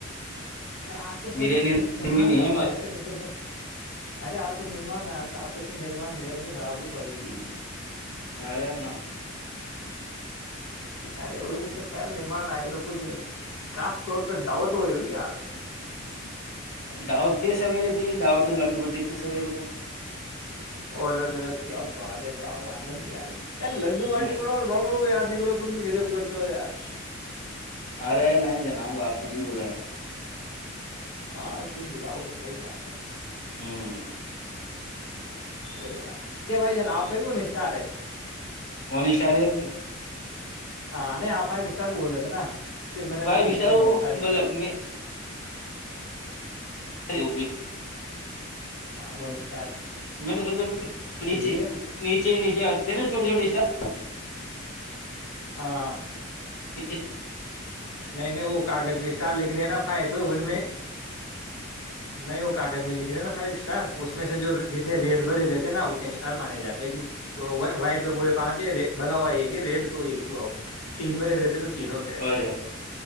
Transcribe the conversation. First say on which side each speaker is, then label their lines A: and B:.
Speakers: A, on the left; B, on the left.
A: ارے آ تو سج
B: بریانی
A: مہمان
B: میں نہیں
A: نہا
B: ہے ہمارے
A: آ رہے تھے میں تو میں ارے آپ تو مہمان آ رہے تھے آپ تو ایسے مہربان رہے ہوں گے صاحب بھابھی جی
B: ارے نا
A: ارے وہی نہیں سکتا یار مہمان آئے تو کچھ خاص طور پہ دعوت ہوئی ہوگی آ
B: داوت ت سویرے تھی دت تو لڈو بٹیت سویر ہو تو
A: اور کیا واد ہے صاحب آنند ار کیا لڈو باٹی
B: ہ
A: پڑا اور بامڑو گیا نہیں کرو تم بھی گجب کرتا ہو یار
B: ارے نہیں جناب آپ کو کیوں بلیںے
A: ہاں کیوں بلاؤ گ صحی بات ہے
B: ہوں
A: وہی بات کیا بھائی جان آپ کائی کو نشٹا ہے
B: ون اسٹار ہے وہ تو
A: ہاں نہیں آپ فائیو اسٹار بول رہے تھے نا پھر میں نے ابھی
B: فائیو
A: چیک کیا ون
B: وہ
A: اسٹار نکلا
B: مطلب
A: وہ بھی
B: میں ا وہ بھی
A: ہاں وہنس
B: میں نے سوچا ن
A: یہ
B: نیچے نیچے آتے نا چھوٹے چھوٹے اسٹپ
A: ہاں ہاں
B: اسٹار
A: نہیں نہیں وہ کاغذ بھی اسٹار لکھ رہے ہیں نا فائیو اس میں نہیں وہ کاغذ میں لکھ رہے ہیں نا فائیو اسٹار اس میں سے جو جتنے ریٹ بھرے رہتے ہیں نا انے اسٹار مانے جات کہ وائٹ تو پورے پانچ ہے بھرا ہوا ایک ہے ریڈ تو ایک ہی ہوا وہ تین بھرے رہتے تو ہوتے ہیں
B: اورا